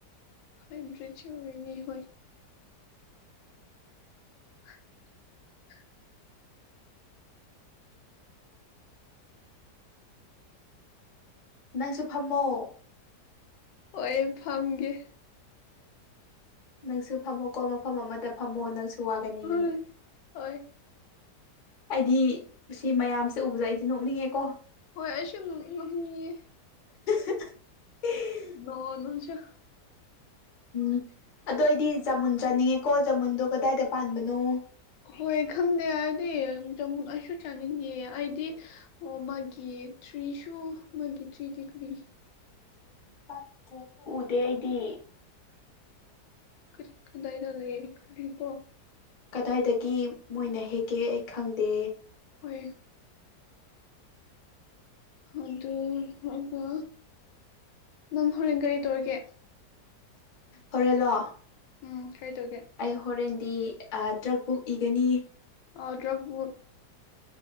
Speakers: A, on the left; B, on the left.
A: ꯍꯣꯏꯟꯇ꯭ꯔꯦꯁꯨ ꯑꯣꯏꯅꯤ ꯍꯣꯏ ꯎ <inaudible>
B: ꯅꯪꯁꯨ ꯐꯝꯃꯣ
A: ꯍꯣꯢ ꯐꯝꯒꯦ
B: ꯅꯪꯁꯨ ꯐꯝꯃꯣꯀꯣ ꯃꯐꯝ ꯑꯃꯗ ꯐꯝꯃꯣ ꯅꯪꯁꯨ ꯋꯥꯒꯅꯤ
A: ꯍꯣꯏ ꯍꯣꯏ
B: ꯑꯩꯗꯤ ꯁꯤ ꯃꯌꯥꯝꯁꯦ ꯎꯕꯗ ꯑꯩꯗꯤ ꯅꯣꯛꯅꯤꯡꯉꯦꯀꯣ
A: ꯍꯣꯏ ꯑꯩꯁꯨ ꯅꯣꯛꯅꯤꯡꯉꯝꯃꯤ
B: ꯑ <inaudible>
A: ꯅꯣꯛꯑꯣ ꯅꯪꯁꯨ
B: ꯎꯝ ꯑꯗꯣ ꯑꯩꯗꯤ ꯖꯃꯨꯟ ꯆꯥꯅꯤꯡꯉꯦꯀꯣ ꯖꯃꯨꯟꯗꯣ ꯀꯗꯥꯏꯗ ꯄꯥꯟꯕꯅꯣ
A: ꯍꯣꯏ ꯈꯪꯗꯦ ꯍꯥꯏꯗꯤ ꯑꯩꯁꯨ ꯆꯥꯅꯤꯡꯉꯦ ꯑꯩꯗꯤ ꯑꯣ ꯃꯥꯒꯤ ꯇ꯭ꯔꯤꯁꯨ ꯃꯥ ꯊꯔꯤꯗꯤ ꯒꯔꯤ
B: ꯄꯠꯇ꯭ꯔꯁꯨ ꯎꯗꯦ ꯑꯩꯗꯤ
A: ꯀ ꯀꯗꯥꯏꯗ ꯂꯩ ꯀꯣ
B: ꯀꯗꯥꯏꯗꯒꯤ ꯃꯣꯏꯅ ꯍꯦꯛꯀꯦ ꯑꯩ ꯈꯪꯗꯦ
A: ꯍꯣꯢ ꯑꯗꯨ ꯑꯗꯨꯒ ꯅꯪ ꯍꯣꯔꯦꯟ ꯀꯔꯤ ꯇꯧꯔꯤꯒꯦ
B: ꯍꯣꯔꯦꯜꯂꯣ
A: ꯎꯝ ꯀꯩ ꯇꯧꯒꯦ
B: ꯑꯩ ꯍꯣꯔꯦꯟꯗꯤ ꯗ꯭ꯔꯛ ꯕꯨꯛ ꯏꯒꯅꯤ
A: ꯑꯣ ꯗ꯭ꯔꯕꯨꯛ